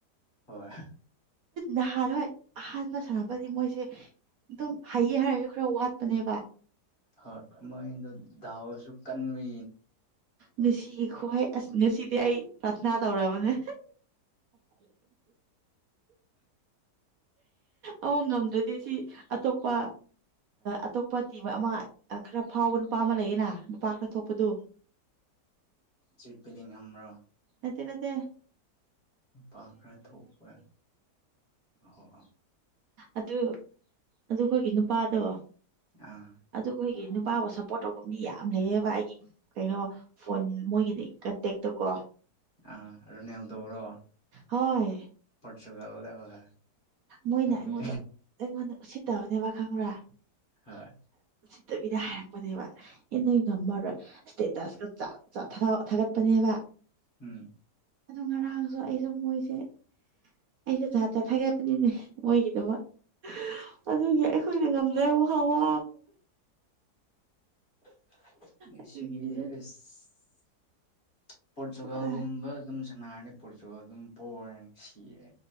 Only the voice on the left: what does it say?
ꯍꯣꯏ
ꯍꯣꯏ ꯃꯣꯏꯗ ꯥꯎꯁꯨ ꯀꯟꯕꯤ
ꯆꯤꯠ ꯄꯂꯤ ꯍ꯭ꯔꯣ
ꯇꯈ꯭ꯔꯦ ꯊꯣꯛ ꯀꯦ ꯑꯍ
ꯑ
ꯑ ꯔꯅꯦꯧꯗꯧꯔꯣ
ꯄꯣꯔꯆꯨꯒꯜ ꯋꯥꯂꯦ ꯍꯣꯏ
ꯈꯪꯉꯦ
ꯍꯣꯏ
ꯎꯝ
<unintelligible>
ꯄꯣꯠꯆꯒꯒꯨꯝꯕ
ꯑꯗꯨꯝ ꯁꯅꯥꯔꯅꯤ ꯄꯨꯠꯁꯨ ꯑꯗꯨꯝ ꯄꯣꯔꯦ ꯁꯤꯔꯦ